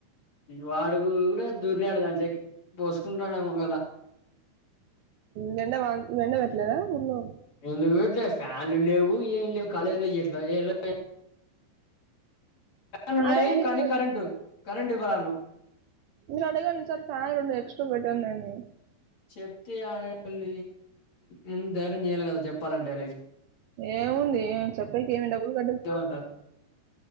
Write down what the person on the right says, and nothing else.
నిండా వాంగ్ నిండా వెట్లేదా ఊళ్ళో
అడగండి
మీరు
మీరు అడగండి సార్ ఫ్యాన్ రెండు ఎక్స్ట్రా పెట్టండి అని
ఏముందే చొప్పేకేమి డబ్బుల్ గట్టి